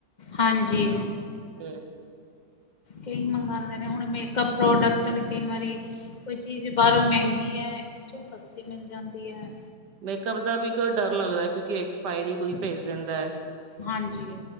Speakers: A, on the left (about 35°); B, on the right (about 85°).
A: ਹਾਂਜੀ।
B: ਹੂੰ।
A: ਕਈ ਮੰਗਾਦੇ ਨੇ, ਹੁਣ ਮੇਕਅਪ ਪ੍ਰੋਡਕਟ ਨੇ ਕਈ ਵਾਰੀਂ ਕੋਈ ਚੀਜ਼ ਬਾਹਰੋਂ ਮਹਿੰਗੀ ਐ, ਇੱਥੋਂ ਸਸਤੀ ਮਿਲ ਜਾਂਦੀ ਐ।
B: ਮੇਕਅਪ ਦਾ ਵੀ ਕਿਉਂ ਡਰ ਲੱਗਦਾ, ਕਿਉਂਕਿ ਐਕਸਪਾਇਰੀ ਕੋਈ ਭੇਜ ਦਿੰਦਾ ਐ।
A: ਹਾਂਜੀ।